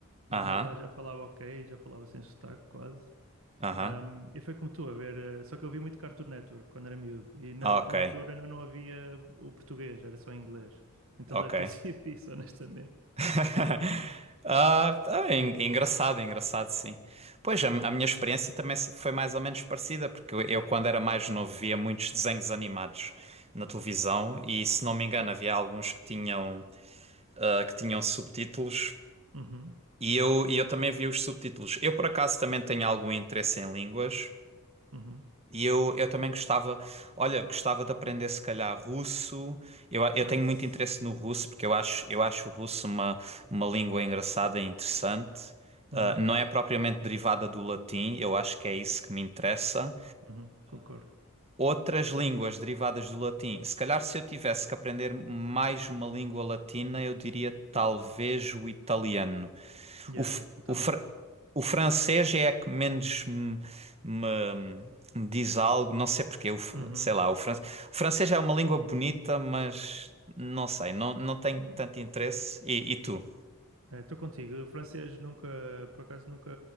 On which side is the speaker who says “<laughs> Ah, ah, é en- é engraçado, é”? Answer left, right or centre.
Right